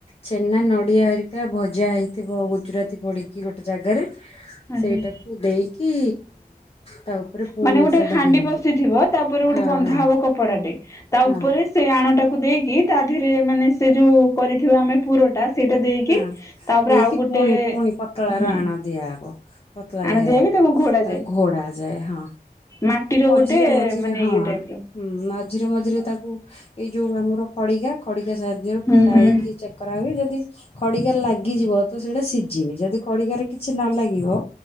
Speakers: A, on the left; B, on the left.
A: ଛେନା ନଡିଆ ହରିକା ଭଜା ହେଇଥିବ ଗୁଜୁରାତି ପଡିକି ଗୋଟେ ଜାଗାରେ
B: ଆଜ୍ଞା।
A: ସେଇଟାକୁ ଦେଇକି ତା ଉପରେ ପୁଣି
B: ମାନେ ଗୋଟେ
A: ସେଟା
B: ହାଣ୍ଡି
A: ଦିଅନ୍ତି
B: ବଶିଥିବ ତାପରେ ଗୋଟେ
A: ହଁ
B: ବନ୍ଧା
A: ହଁ
B: ହବ କପଡାଟେ ତା
A: ହଁ
B: ଉପରେ ସେଇ ଆଣୁଟାକୁ ଦେଇ କି ତା ଦେହରେ ମାନେ ସେ ଯୋଉ କରିଥିବା ଆମେ ପୁର ଟା ସେଇଟା ଦେଇକି
A: ହଁ
B: ତାପରେ
A: ଦେଇକି
B: ଆଉ ଗୋଟେ
A: ପୁଣି ପୁଣି ପତଳାର
B: ହୁଁ
A: ଆଣ ଦିଆହବ ପତଳା
B: ଆଣ
A: ଲେ
B: ଦିଆହେଇକି
A: ଆଗ
B: ତାକୁ ଘୋଡା
A: ତା
B: ଯାଏ
A: ଘୋଡ଼ ଆ ଯଏ ହଁ
B: ମାଟିର
A: ମଝିରେ
B: ଗୋଟେ
A: ମଝିରେ
B: ମାନେ
A: ହଁ
B: ଇଏ ଟାଇପର।
A: ହୁଁ ମଝିରେ ମଝିରେ ତାକୁ ଏଇ ଯୋଉ ଆମର ଖଡିିକା ଖଡିିକା ସାହାଯ୍ୟରେ
B: ହୁଁ
A: ଫୁଟା
B: ହୁଁ
A: ହେଇକି ଚେକ୍ କରା ହୁଏ ଯଦି ଖଡ଼ିକା ଲାଗିଯିବ ତ ସେଇଟା ସିଝିନି ଯଦି ଖଡିକାରେ କିଛି ନ ଲାଗିବ